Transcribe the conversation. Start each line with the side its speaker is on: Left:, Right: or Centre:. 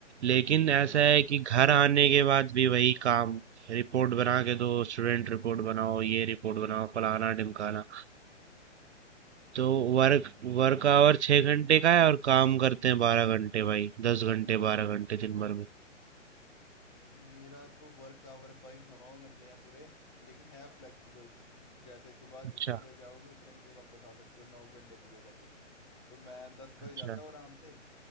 Right: लेकिन ऐसा है कि घर आने के बाद भी वही काम रिपोर्ट बना के दो स्टूडेंट रिपोर्ट बनाओ ये रिपोर्ट बनाओ फलाना ढिमकाना तो वर्क वर्क
Left: हाँ,
Right: आवर छह घंटे का है और काम करते हैं बारह घंटे भाई दस घंटे बारह घंटे दिन भर में
Left: मेरा तो वर्क आवर भाई नौ घंटे हैं पूरे लेकिन है फ्लेक्सिबल जैसे सुबह
Right: अच्छा
Left: जितने बजे जाओगे उतने बजे वापस आ सकते हो नौ घंटे पूरे करके तो मैं दस बजे
Right: अच्छा
Left: जाता हूँ आराम से